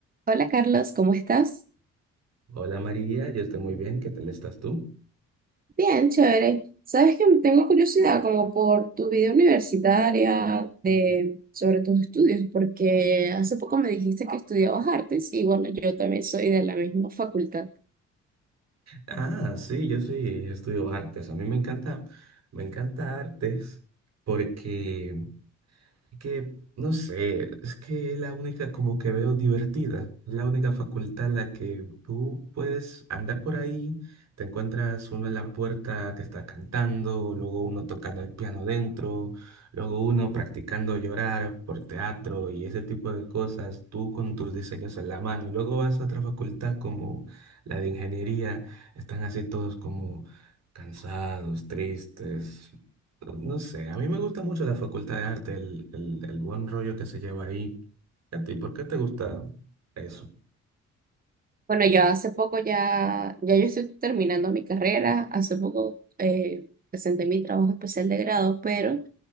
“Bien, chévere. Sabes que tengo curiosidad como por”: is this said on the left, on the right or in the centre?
Right